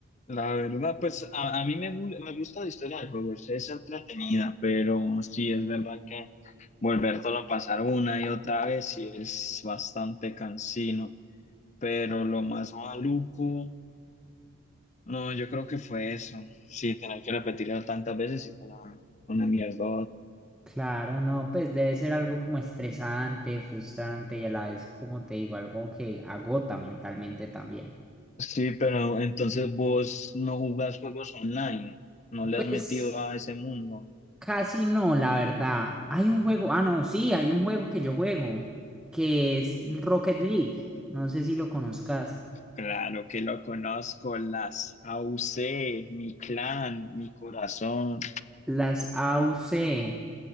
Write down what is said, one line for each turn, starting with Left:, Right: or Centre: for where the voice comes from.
Left: La verdad, pues a, a mí me, gu- me gusta la historia del juego, es, es entretenida, pero sí es verdad que volvértelo a pasar una y otra vez sí es bastante cansino, pero lo más maluco, no, yo creo que fue eso, sí, tener que repetirlo tantas veces y fue una, una mierda
Centre: Claro, no, pues debe ser algo como estresante, frustrante y a la vez, como te digo, algo que agota mentalmente también.
Left: Sí, pero entonces vos no jugás juegos online, no le
Centre: Pues
Left: has metido a ese mundo.
Centre: casi no, la verdad. Hay un juego, ah, no, sí, hay un juego que yo juego, que es el Rocket League. No sé si lo conozcas.
Left: Claro que lo conozco, las AUC, mi clan, mi corazón.
Centre: Las AUC,